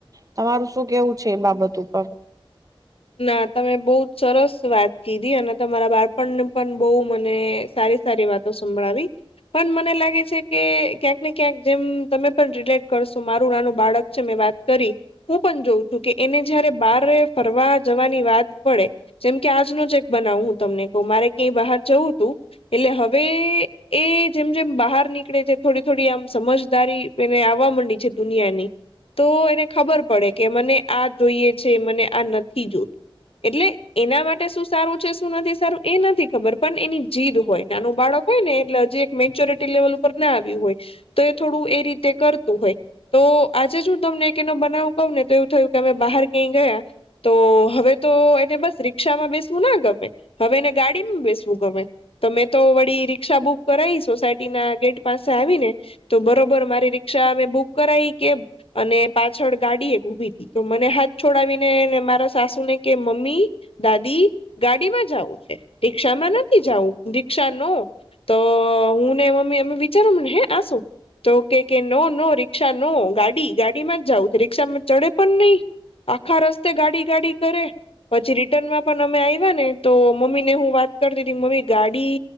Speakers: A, on the right; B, on the left.
A: તમારું શું કેવું છે એ બાબત ઉપર.
B: ના તમે બહુ જ સરસ વાત. કીધી અને તમારા બાળપણને પણ બહુ મને સારી સારી વાતો સંભળાવી. પણ મને લાગે છે કે ક્યાંક ને ક્યાંક જેમ તમે પણ રિલેટ કરશો મારું નાનું બાળક છે મેં વાત. કરી હું પણ જોઉં છું કે એને જયારે બારે ફરવા. જવાની વાત પડે જેમ કે આજનો જ એક બનાવું હું તમને કહું મારે ક્યાંય બહાર જવું તું. એટલે હવે એ જેમ જેમ બહાર નીકળે છે થોડી થોડી આમ સમજદારી. એને આવવા માંડી છે દુનિયાની. તો એને ખબર પડે કે મને આ જોઈએ છે મને આ ન. થી જોતું એટલે એના માટે શું સારું. શું સારું એ નથી ખબર પણ એની જીદ હોય નાનું બાળક હોય ને એટલે હજી એક મેચ્યોરિટી લેવલ. ઉપ ના આવ્યું હોય તો એ થોડું એ રીતે કરતું હોય. તો આજે જ હું તમને એનો બનાવું કહું ને તો એવું થયું કે અમે બહાર કંઈ ગયા. તો હવે તો એને બસ રિક્ષામાં બેસવું ના ગમે હવે એને ગાડીમાં બેસવું ગમે. તો મેં તો વળી રિક્ક્ષા બુક કરાવી સોસાયટી ના ગેટ પાસે આવી ને. તો બરોબર મારી રિક્ષા અમે બુક કરાઈ કે. અને પાછળ ગાડી એક ઉભી થી તો મને હાથ છોડાવીને. મારા સાસુ ને કે મમ્મી. દાદી ગાડીમાં જવું છે રિક્ષા માં નથી જવું રિક્ષા નો. તો હું ને મમ્મી અમે વિચારો મને હે આસુ. તો કે કે નો નો રી્ષા નો ગાડી ગાડીમાં જ જઉં રિક્ષામાં ચડે પણ નહી. આખા રસ્તે ગાડી ગાડી કરે. પછી રિટર્નમાં પણ અમે આવ્યા ને તો મમ્મી ને હું વાત કરતી હતી મમ્મી ગાડી.